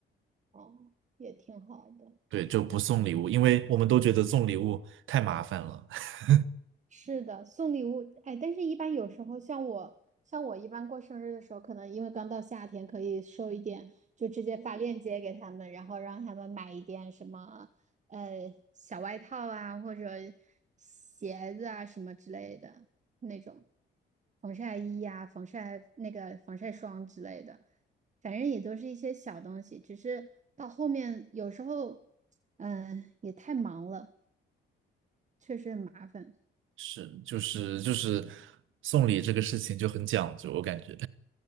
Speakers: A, on the right (about 35°); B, on the right (about 80°).
A: 哦，也挺好的。
B: 对，就不送礼物，因为我们都觉得送礼物太麻烦了。<laughs>
A: 是的，送礼物，哎，但是一般有时候像我，像我一般过生日的时候，可能因为刚到夏天，可以收一点，就直接发链接给他们，然后让他们买一点什么，呃，小外套啊，或者鞋子啊什么之类的那种，防晒衣呀、防晒那个防晒霜之类的，反正也都是一些小东西，只是到后面有时候，嗯、也太忙了，确实很麻烦。
B: 是，就是就是送礼这个事情就很讲究，我感觉